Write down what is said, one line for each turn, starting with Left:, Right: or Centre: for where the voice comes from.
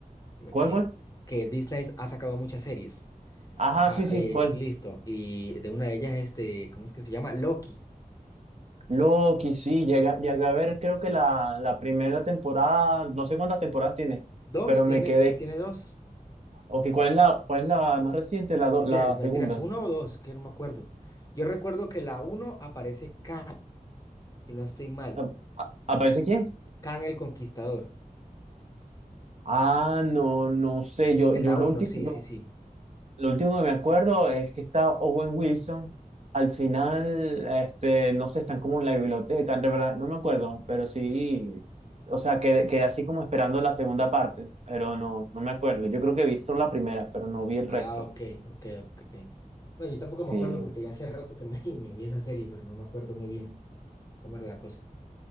Right: ¿Cuál,
Left: Que,
Right: cuál?
Left: que Disney ha sacado muchas series.
Right: Ajá,
Left: Ajá,
Right: sí, sí,
Left: eh,
Right: ¿cuál?
Left: listo. Y de una de ellas, este, ¿cómo es que se llama? Loki.
Right: Loki, sí, llega, llegué a ver, creo que la, la primera temporada, no sé cuántas temporadas tiene,
Left: ¿Dos?
Right: pero
Left: ¿Tiene,
Right: me quedé.
Left: tiene dos?
Right: Ok, ¿cuál es la, cuál es la más reciente? La, do-
Left: Mentiras,
Right: la
Left: mentiras,
Right: segunda.
Left: uno o dos, que no me acuerdo. Yo recuerdo que la uno aparece Khan, si no estoy mal.
Right: ¿A- a- ¿Aparece quién?
Left: Khan el Conquistador.
Right: Ah, no, no sé. Yo,
Left: En
Right: yo
Left: la
Right: lo
Left: uno,
Right: último.
Left: sí, sí, sí.
Right: Lo último que me acuerdo es que está Owen Wilson. Al final, este, no sé, están como en la biblioteca, de verdad, no me acuerdo, pero sí, o sea, quedé, quedé así como esperando la segunda parte, pero no, no me acuerdo. Yo creo que vi solo la primera, pero no vi el
Left: Ah,
Right: resto.
Left: ok, ok, ok. ok. Bueno, yo tampoco
Right: Sí,
Left: me acuerdo porque ya hace rato que me, <laughs> me vi esa serie, pero no me acuerdo muy bien cómo era la cosa.